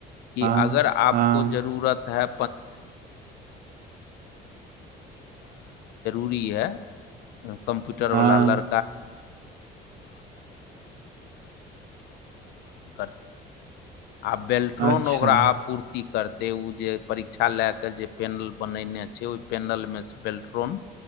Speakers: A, on the left; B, on the right.
A: कि
B: हँ
A: अगर आपको
B: हँ
A: जरूरत है <unintelligible> कम्प्यूटर
B: हँ
A: वला लड़ <unintelligible> आ बेल्ट्रोन
B: अच्छा
A: ओकरा आपू ती करतै उ जे परीक्षा लए कऽ जे पेनल बनेने छै ओहि पेनलमे से बेल्ट्रोन